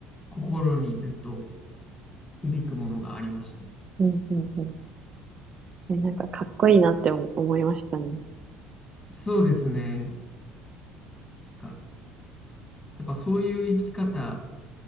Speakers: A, on the left; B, on the right.
A: 心にずっと、響くものがありましたね。
B: うん、うん、うん。えなんか、かっこいいなって思思いましたね。
A: そうですね。かやっぱそういう生き方